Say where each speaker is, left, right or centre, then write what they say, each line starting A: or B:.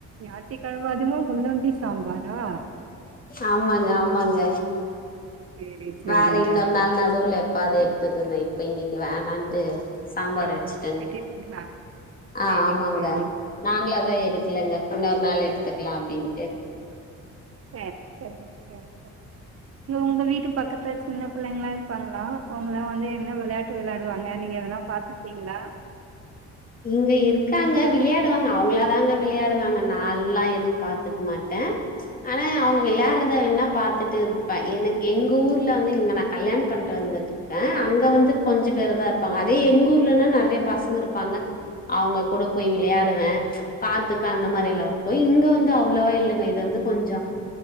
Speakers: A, on the right; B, on the left.
A: ஞாயித்து கிழம அதுமா முள்ளங்கி சாம்பாரா
B: ஆமாங்க ஆமாங்க
A: சேரி சேரிங்க
B: வேற இன்னொரு நாள் நடுவுல எப்ப ஆது எடுத்துட்டு இப்ப இன்னிக்கு வேணான்ட்டு சாம்பார் வச்சு டன்
A: விட்டுட்டீங்களா சேரி
B: ஆ ஆமாங்க
A: சேரி
B: நாங்களு அதா எடுக்கலங்க இன்னொரு நாள் எடுத்துக்கலா அப்டின்ட்டு
A: சேரி சேரி சேரி இங்க உங்க வீட்டு பக்கத்துல சின்ன பிள்ளைங்களா இருப்பாங்களா அவங்களா வந்து என்ன விளையாட்டு ட்டு விளையாடுவாங்க நீங்க ஏதுனா பாத்துக்குவீங்களா
B: இங்க இருக்காங்க விளையாடுவாங்க அவங்களாதாங்க விளையாடுவாங்க நா எல்லா எதுவு பாத்துக்க மாட்ட ஆனா அவங்க விளையாட்றத வேணா பாத்துட்டு இருப்ப எனக்கு எங்க ஊர்ல வந்து இங்க நா கல்யாண பண்ட்டு வந்து க்கன் அங்க வந்து கொஞ்ச பேரு தா இருப்பாங்க அதே எங்க ஊர்லன்னா நறைய பசங்க இருப்பாங்க அவுங்க கூட போய் விளையாடுவ பாத்துப்ப அந்த மாரி எல்லாருக்கும் இங்க வந்து அவ்வளோவா இல்லங்க இது வந்து கொஞ்ச